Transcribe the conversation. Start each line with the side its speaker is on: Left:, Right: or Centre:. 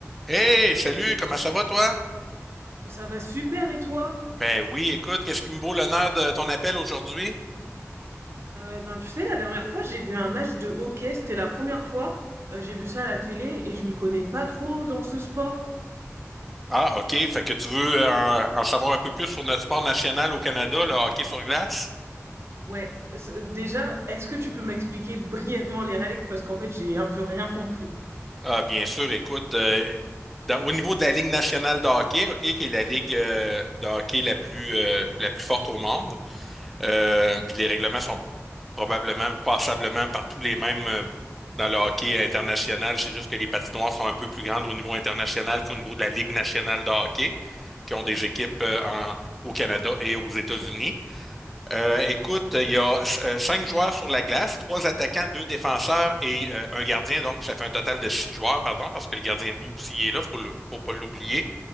Centre: Hey, salut, comment ça va toi?
Right: Ça va super et toi?
Centre: Ben oui, écoute, qu'est-ce qui me vaut l'honneur de ton appel aujourd'hui?
Right: Euh, ben tu sais, la dernière fois j'ai vu un match de hockey, c'était la première fois. Euh, j'ai vu ça à la télé et je m'y connais pas trop dans ce sport.
Centre: Ah, OK, fait que tu veux euh, en savoir un peu plus sur notre sport national au Canada, le hockey sur glace?
Right: Ouais, c'est- déjà, est-ce que tu peux m'expliquer brièvement les règles? Parce qu'en fait j'ai un peu rien compris.
Centre: Ah, bien sûr, écoute, euh, dans- au niveau de la Ligue nationale de hockey, OK, qui est la ligue euh, de hockey la plus, euh, la plus forte au monde, euh, puis les règlements sont probablement ou passablement par tous les mêmes euh, dans le hockey international. C'est juste que les patinoires sont un peu plus grandes au niveau international qu'au niveau de la Ligue nationale de hockey, qui ont des équipes euh, en- au Canada et aux États-Unis. Euh, écoute, il y a euh, cinq joueurs sur la glace, trois attaquants, deux défenseurs et euh, un gardien. Donc, ça fait un total de six joueurs, pardon, parce que le gardien de but aussi il est là, faut, le- faut pas l'oublier.